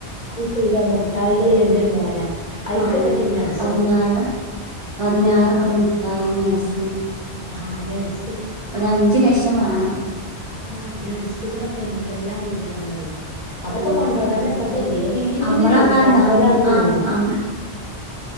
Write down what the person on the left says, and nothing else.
ചെയ്ത മുട്ടായികള് എന്തൊരു മോലാ അയിക്ക്
പറ്റിയ നട്സോ
ആഹ്
ആഹ് ആന <unintelligible>
അൻ്റെ അടസികളൊക്കെ എന്തെല്ലാം വി <unintelligible> അതൊക്കെ
കൊണ്ടുപോകാഞ്ഞപ്പത്തെ
ഏത് യില്
ഇല്ലാത്തോലാണ്
കുടുങ്ങ